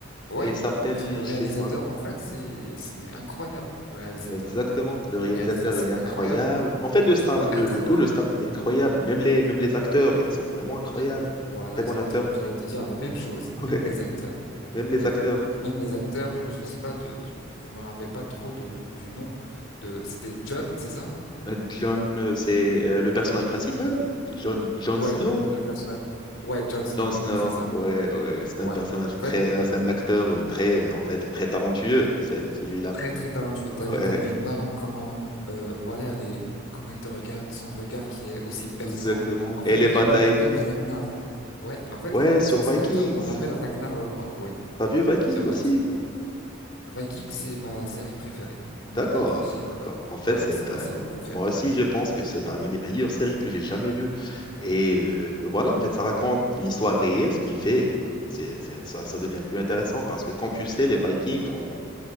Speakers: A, on the left; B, on the left.
A: ouais
B: il s'appelle,
A: la personne le réalisateur
B: je me rappelle-
A: en fait c'est c'est il est incroyable le réalisateur
B: Exactement. Le
A: le
B: réalisateur,
A: réalisateur
B: il
A: c'est
B: est incroyable.
A: incroyable.
B: En fait, le staff,
A: Tu dois
B: le,
A: être
B: le tout,
A: euh,
B: le staff, il est incroyable. Même les, même les acteurs, ils sont vraiment incroyables.
A: mais- voilà,
B: Très bon
A: j'allais
B: acteur.
A: te, j'allais
B: <laughs>
A: te dire la même chose, même
B: Ouais.
A: les acteurs.
B: Même les
A: T'as
B: acteurs.
A: vu? Même les acteurs, je, je ne sais pas, je, je ne me rappelle pas trop de, du nom de. C'était John, c'est ça?
B: Euh, John, euh, c'est euh, le personnage principal. John, John
A: Ouais,
B: Snow.
A: le, le personnage. Ouais, Jon Snow,
B: John Snow.
A: c'est ça.
B: Ouais, ouais. C'est
A: Ouais.
B: un personnage
A: En fait,
B: très, euh, c'est un acteur euh, très, euh, en fait, très talentueux, c'est- celui-là.
A: très très talentueux. T'as vu
B: Ouais,
A: comment il parle, comment euh, voilà les, comment il te regarde, son regard qui est aussi perçant.
B: exactement.
A: En fait,
B: Et les batailles.
A: il me rappelle Ragnar. Ouais. En fait,
B: Ouais, sur
A: ce- cet
B: Vikings.
A: acteur me rappelle Ragnar Lodbrok. Oui,
B: T'as vu Vikings
A: sur
B: aussi?
A: Viking. Viking, c'est ma série préférée.
B: D'accord,
A: Pour pas te cacher.
B: d'accord. En fait,
A: Ouais,
B: c'est
A: c'est ma
B: euh,
A: série préférée.
B: moi aussi, je pense que c'est parmi les meilleures séries que j'ai jamais vues. Et euh, voilà, en fait, ça raconte l'histoire réelle, ce qui fait c'est, c'est- ça, ça devient plus intéressant parce que, comme tu sais, les Vikings ont,